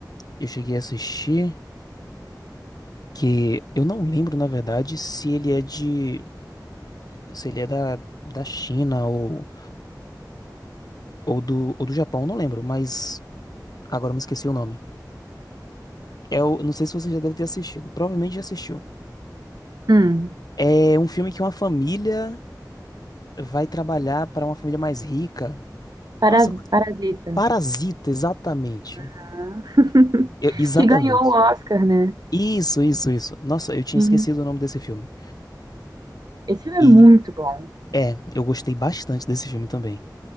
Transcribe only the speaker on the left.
eu cheguei a assistir, que eu não lembro, na verdade, se ele é de, se ele é da, da China ou, ou do, ou do Japão, eu não lembro, mas agora eu me esqueci o nome. É o, não sei se você já deve ter assistido. Provavelmente já assistiu.
É um filme que uma família vai trabalhar para uma família mais rica.
Nossa,
Parasita, exatamente.
Eu- exatamente.
Isso, isso, isso. Nossa, eu tinha
esquecido o nome desse filme.
E
é, eu gostei bastante desse filme também.